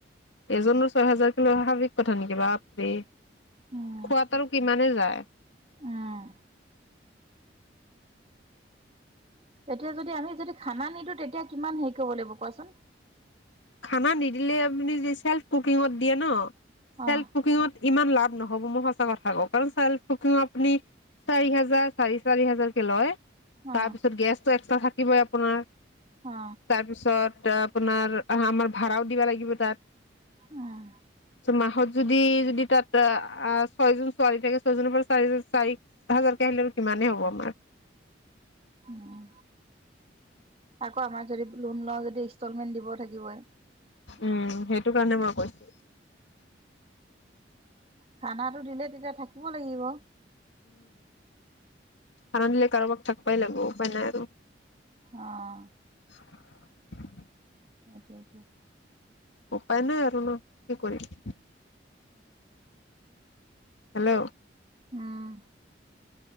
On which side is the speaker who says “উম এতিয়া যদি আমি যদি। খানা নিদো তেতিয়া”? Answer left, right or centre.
Right